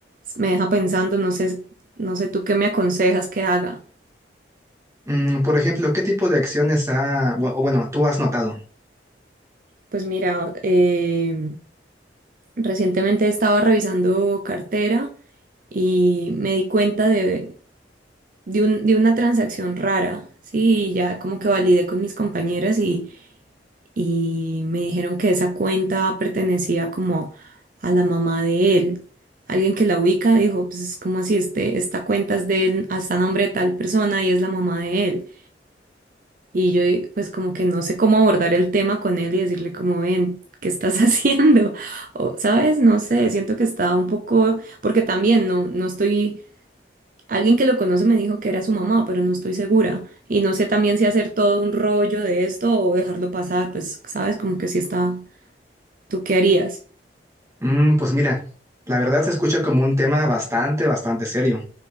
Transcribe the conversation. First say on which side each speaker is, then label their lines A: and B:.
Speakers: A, on the right; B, on the right.
A: me deja pensando, no sé, no sé tú qué me aconsejas que haga.
B: Mm, por ejemplo, ¿qué tipo de acciones ha, bu- o bueno, tú has notado?
A: Pues mira, eh, recientemente estaba revisando cartera y me di cuenta de de un- de una transacción rara, sí, y ya como que validé con mis compañeras y, y me dijeron que esa cuenta pertenecía como a la mamá de él. Alguien que la ubica dijo, pues es como así, este, esta cuenta es de él, hasta nombre de tal persona y es la mamá de él. Y yo pues como que no sé cómo abordar el tema con él y decirle como ven. ¿Qué estás <laughs> haciendo? O, ¿sabes? No sé, siento que estaba un poco, porque también no, no estoy Alguien que lo conoce me dijo que era su mamá, pero no estoy segura. Y no sé también si hacer todo un rollo de esto o dejarlo pasar, pues, sabes, como que si está, ¿tú qué harías?
B: Mm, pues mira, la verdad se escucha como un tema bastante, bastante serio.